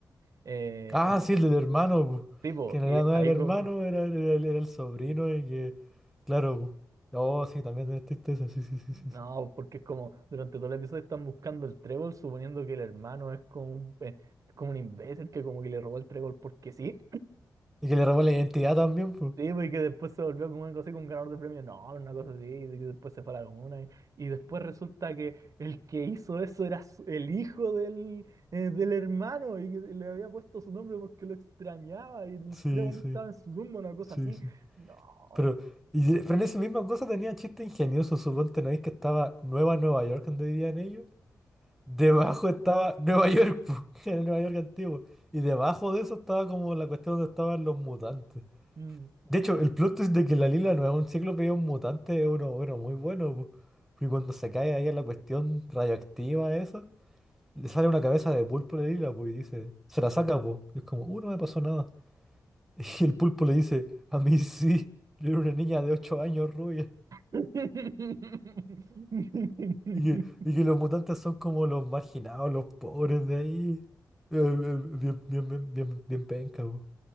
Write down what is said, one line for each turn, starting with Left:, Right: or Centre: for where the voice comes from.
Right: Eh,
Centre: Ah,
Right: en-
Centre: sí, el del hermano, pues,
Right: tipo,
Centre: que en
Right: y
Centre: realidad no
Right: ahí
Centre: era el hermano,
Right: como,
Centre: era, era, el era el sobrino y que, claro, pues. Oh, sí, también es tristeza, sí, sí, sí,
Right: No,
Centre: sí. sí.
Right: porque es como durante todo el episodio están buscando el trébol, suponiendo que el hermano es como un, pe- es como un imbécil que como que le robó el trébol porque sí.
Centre: Y que le robó la identidad también, pues.
Right: Sí, pues, y que después se volvió como algo así, como un ganador de premios. No, una cosa así, y que después se fue a la luna. Y, y después resulta que el que hizo eso era su- el hijo del, eh, del hermano y que le había puesto su nombre porque lo extrañaba y el
Centre: Sí,
Right: trébol
Centre: sí,
Right: estaba en su tumba, una cosa
Centre: sí,
Right: así.
Centre: sí.
Right: No.
Centre: Pero, y- pero en esa misma cosa tenía chiste ingenioso. Suponte, ¿no veis que estaba Nueva Nueva York donde vivían ellos? Debajo estaba Nueva York, pues, <laughs> que era Nueva York antiguo. Y debajo de eso estaba como la cuestión donde estaban los mutantes.
Right: mm,
Centre: De hecho, el plot twist de que la Lila no es un cíclope y es un mutante es uno, bueno, muy bueno, pues. Y cuando se cae ahí a la cuestión radioactiva esa, le sale una cabeza de pulpo a la Lila, pues, y dice, se la saca, pues. Y es como, uh, no me pasó nada. Y el pulpo le dice, a mí sí, yo era una niña de 8 años rubia.
Right: mm.
Centre: Y que, y
Right: <laughs>
Centre: que los mutantes son como los marginados, los pobres de ahí. Eh, eh, Bien, bien, bien, bien, bien penca, po.